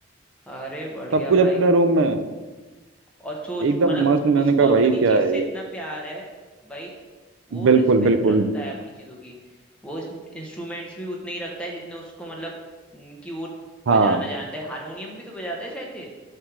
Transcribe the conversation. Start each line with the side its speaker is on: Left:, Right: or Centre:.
Centre: अरे बढ़िया
Right: सब कुछ
Centre: भाई
Right: अपने रूम में
Centre: और सोच
Right: एकदम
Centre: मतलब
Right: मस्त मैंने
Centre: उसको
Right: कहा
Centre: अपनी
Right: भाई क्या
Centre: चीज
Right: है
Centre: से इतना
Right: ये
Centre: प्यार है भाई वो
Right: बिल्कुल
Centre: रिस्पेक्ट
Right: बिल्कुल
Centre: रखता है अपनी चीजों की वो इंस्ट्रूमेंट्स भी उतने ही रखता है जितने उसको मतलब उम, कि वो
Right: हाँ
Centre: बजाना जानता है हारमोनियम भी तो बजाता है शायद